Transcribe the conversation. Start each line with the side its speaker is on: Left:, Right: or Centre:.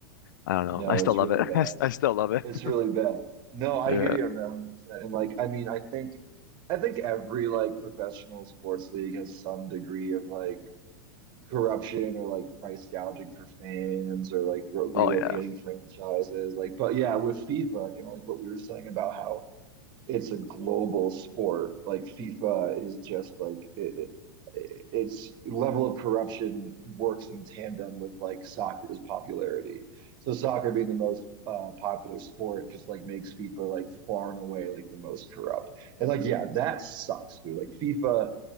Left: I don't know.
Right: No,
Left: I still
Right: it's
Left: love
Right: really
Left: it.
Right: bad.
Left: <laughs> I, s- I still love it.
Right: It's really
Left: <laughs>
Right: bad. No, I
Left: Yeah.
Right: hear you on that 100%. And like, I mean, I think I think every like professional sports league has some degree of like corruption or like price gouging for fans or like re
Left: Oh
Right: relocating
Left: yeah.
Right: franchises. Like, but yeah, with FIFA, kind of like what we were saying about how it's a global sport. Like FIFA is just like it, it, its level of corruption works in tandem with like soccer's popularity. So soccer being the most uh, popular sport just like makes FIFA like far and away like the most corrupt. And like yeah, that sucks, dude. Like FIFA